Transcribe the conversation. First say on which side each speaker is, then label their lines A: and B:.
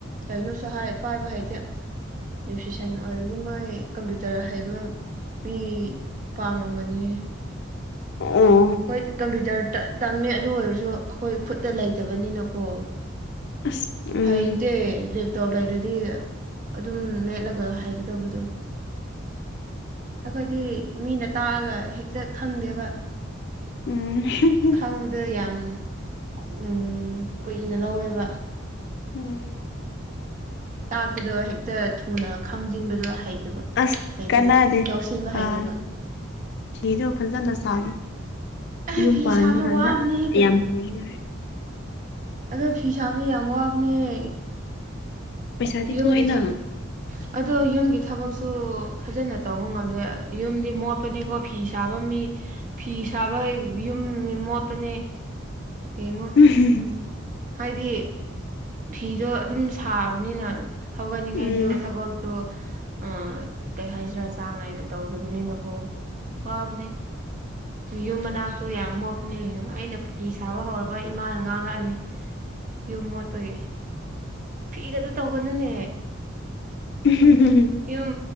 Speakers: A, on the right; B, on the left.
A: ꯀꯩꯅꯣꯁꯨ ꯍꯥꯢ ꯄꯥꯏꯕ ꯍꯩꯇꯦ ꯔꯦꯞꯁꯤꯁꯟ ꯑꯣꯏꯔꯗꯤ ꯃꯣꯢ ꯀꯝꯄ꯭ꯌꯨꯇꯔ ꯍꯩꯕ ꯃꯤ ꯄꯥꯝꯃꯝꯒꯅꯤ
B: ꯑꯨ
A: ꯍꯣꯏ ꯀꯝꯄ꯭ꯌꯨꯇꯔ ꯇꯥ ꯇꯝꯃꯦ ꯑꯗꯨ ꯑꯣꯏꯔꯁꯨ ꯑꯩꯈꯣꯏ ꯈꯨꯠꯇ ꯂꯩꯇꯕꯅꯤꯅꯀꯣ
B: ꯑꯁ ꯎꯝ
A: ꯍꯩꯇꯦ ꯇꯣꯞ ꯂꯩꯔꯥꯗꯤ ꯑꯗꯨꯝ ꯃꯦꯠꯂꯒ ꯍꯩꯒꯗꯕꯗꯣ ꯑꯈꯣꯏꯗꯤ ꯃꯤꯅ ꯇꯥꯛꯑꯒ ꯍꯦꯛꯇ ꯈꯪꯗꯦꯕ
B: ꯎꯝ
A: ꯈꯪꯕꯗꯣ ꯌꯥꯝ ꯎꯝ ꯀꯨꯏꯅ ꯂꯧꯋꯦꯕ
B: ꯎꯝ
A: ꯇꯥꯛꯄꯗꯣ ꯍꯦꯛꯇ ꯊꯨꯅ ꯈꯪꯖꯤꯟꯕꯗꯣ ꯍꯩꯇꯕ
B: ꯑꯁ
A: ꯍꯩꯇꯦꯕ
B: ꯀꯥꯟꯅꯗꯦ
A: ꯂꯧꯁꯤꯟꯕ ꯍꯩꯇꯦꯕ
B: ꯑꯥ ꯐꯤꯗꯣ ꯐꯖꯟꯅ ꯁꯥꯂꯣ
A: ꯑꯦ
B: ꯌꯨꯝ
A: ꯐꯤ
B: ꯄꯥꯟꯕ
A: ꯁꯥꯕꯁꯨ
B: ꯀꯥꯟꯗ
A: ꯋꯥꯕꯅꯦꯍꯦ
B: ꯌꯥꯝ ꯄꯨꯔꯤꯉꯥꯏ
A: ꯑꯗꯨ ꯐꯤ ꯁꯥꯕꯖꯨ ꯌꯥꯝ ꯋꯥꯕꯅꯤꯍꯦ
B: ꯄꯩꯁꯥꯗꯤ
A: ꯌꯨꯝꯒꯤ
B: ꯊꯣꯛꯑꯦꯅ
A: ꯊ ꯑꯗꯣ ꯌꯨꯝꯒꯤ ꯊꯕꯛꯁꯨ ꯐꯖꯟꯅ ꯇꯧꯕ ꯉꯝꯗꯦ ꯌꯨꯝꯗꯤ ꯃꯣꯠꯄꯅꯦꯀꯣ ꯐꯤ ꯁꯥꯕ ꯃꯤ ꯐꯤ ꯁꯥꯕ ꯌꯨꯝ ꯃꯣꯠꯄꯅꯦ ꯌꯦꯡꯉꯣ
B: <unintelligible>
A: ꯍꯥꯏꯗꯤ ꯐꯤꯗꯣ ꯑꯗꯨꯝ ꯁꯥꯕꯅꯤꯅ ꯍꯧꯒꯠꯅꯤꯡꯉꯥꯏꯖꯨ
B: ꯎꯝ
A: ꯊꯕꯛ ꯗꯣ ꯑꯥ ꯀꯩꯍꯥꯏꯁꯤꯔꯥ ꯆꯥꯡ ꯅꯥꯏꯅ ꯇꯧꯗꯕꯅꯤꯅ ꯑꯣ ꯋꯥꯕꯅꯦ ꯌꯨꯝ ꯃꯅꯥꯛꯁꯨ ꯌꯥꯝ ꯃꯣꯠꯄꯅꯦ ꯌꯦꯡ ꯑꯩꯅ ꯐꯤ ꯁꯥꯕ ꯍꯧꯔꯕ ꯏꯃꯥꯅ ꯉꯥꯡꯔꯛꯑꯅꯤ ꯌꯨꯝ ꯃꯣꯠꯄꯒꯤ ꯐꯤꯗꯇ ꯇꯧꯒꯅꯨꯅꯦ
B: <unintelligible>
A: ꯌꯨꯝ